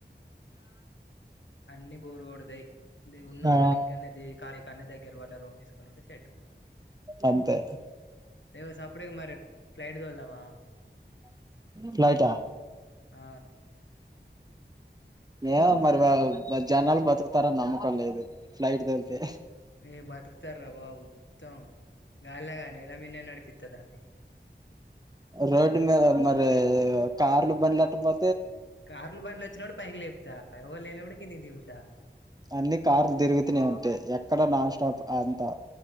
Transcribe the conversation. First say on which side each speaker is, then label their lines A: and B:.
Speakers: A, on the left; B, on the right.
A: అన్ని బోర్ కొడతై దే ఉన్నూర్లనే
B: ఆ
A: ఇక్కన్నే దే కారి కాన్నే దగ్గర వాళ్ళ రూమ్ తీసుకునింటే సెట్
B: అంతే
A: ఎవో సప్పుడేక మరి ఫ్లైట్తోళ్దమా
B: ఫ్లైటా
A: ఆ
B: ఏమో మరి వాల్ వాళ్ జనాలు బతుకుతారని నమ్మకం లేదు ఫ్లైట్ తోల్ళ్తే
A: ఏ బత్కతరాబాబు త్తమ్ గాల్ల గాద్ నెల మీన్నే నడిపిత్త దాన్ని
B: రోడ్ మీద మరి కార్లు బండ్లు ఎట్ట పో
A: కార్లు బండ్లు వచ్చినప్పుడు పైకి లేపుతా ఎవరు లేనప్పుడు కిందికి దింపుతా
B: అన్ని కార్లు తిరుగుతూనే ఉంటై ఎక్కడ నాన్ స్టాప్ అంతా